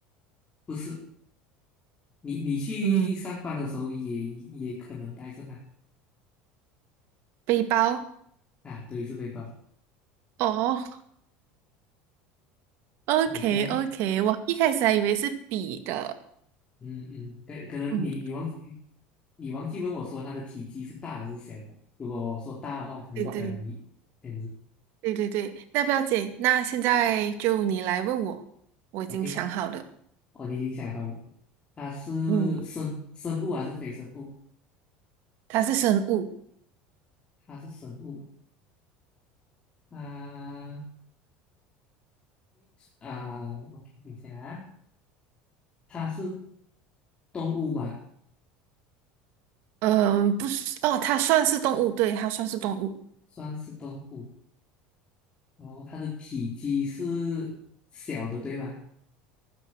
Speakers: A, on the left (about 25°); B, on the right (about 65°).
A: 不是你你去上班的时候也也可能带着它
B: 嗯，背包。
A: 啊，对，是背包。
B: 哦，OK
A: 对，现在
B: OK，我一开始还以为是笔的。
A: 嗯嗯，可可能你你忘记
B: 嗯，
A: 你忘记问我说它的体积是大还是小了？如果我说大的话，可能就比较容易这样子。
B: 对对对对对，那不要紧，那现在就你来问我，我已经想好了。
A: OK，哦，你已经想好了，它是生生物还是非生物？
B: 嗯，它是生物，
A: 它是生物。啊啊，OK，等一下啊，它是动物嘛？
B: 嗯，不是，哦，它算是动物，对，它算是动物。
A: 算是动物。然后它的体积是小的，对吗？